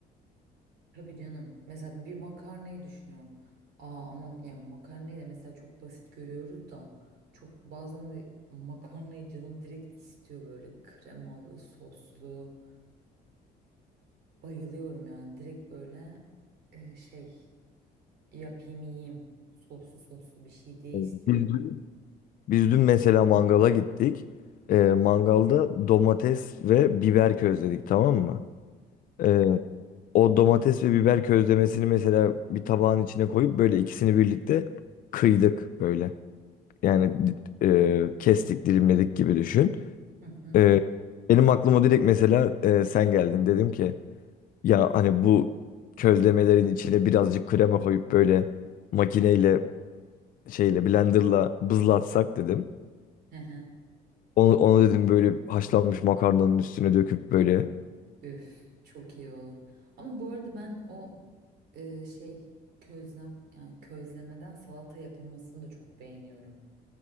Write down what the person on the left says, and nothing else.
Evet.
Biz dün, biz dün mesela mangala gittik. E, mangalda domates ve biber közledik tamam mı? E, O domates ve biber közlemesini mesela bir tabağın içine koyup böyle ikisini birlikte kıydık böyle. Yani e, kestik, dilimledik gibi düşün.
E, benim aklıma direkt mesela e, sen geldin dedim ki ya hani bu közlemelerin içine birazcık krema koyup böyle makineyle şeyle blenderla bızlatsak dedim.
Onu, onu dedim böyle haşlanmış makarnanın üstüne döküp böyle.